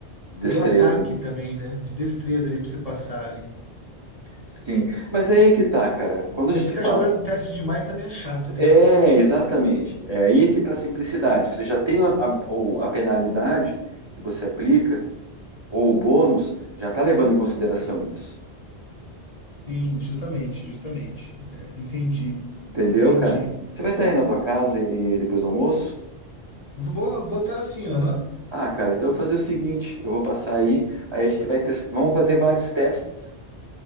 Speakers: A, on the right (about 30°); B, on the left (about 40°).
A: Destreza.
B: do ataque também, né? De destreza ali para você passar ali.
A: Sim. Mas aí é que tá, cara. Quando
B: Mas
A: a gente
B: ficar
A: fala.
B: jogando teste demais também é chato, né?
A: É, exatamente. É aí é que tá a simplicidade. Você já tem a, a o- a penalidade que você aplica. ou o bônus, já tá levando em consideração isso.
B: Sim, justamente, justamente. É, entendi,
A: Entendeu,
B: entendi.
A: cara? Você vai estar aí na tua casa e depois do almoço?
B: Vou, vou estar assim, aham.
A: Ah, cara, então eu vou fazer o seguinte, eu vou passar aí, aí a gente vai testar, vamos fazer vários testes